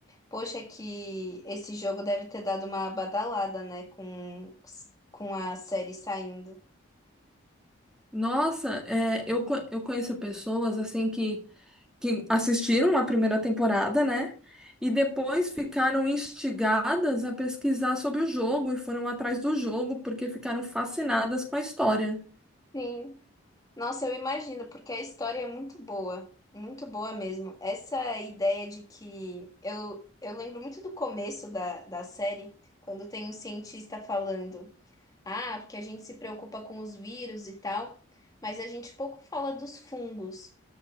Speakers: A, on the left; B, in the centre.
A: Poxa, que esse jogo deve ter dado uma badalada, né, com, com a série saindo.
B: Nossa, é, eu, co- eu conheço pessoas assim que, que assistiram a primeira temporada, né? E depois ficaram instigadas a pesquisar sobre o jogo e foram atrás do jogo porque ficaram fascinadas com a história.
A: Sim. Nossa, eu imagino, porque a história é muito boa, muito boa mesmo. Essa ideia de que eu, eu lembro muito do começo da, da série, quando tem um cientista falando, ah, porque a gente se preocupa com os vírus e tal, mas a gente pouco fala dos fungos.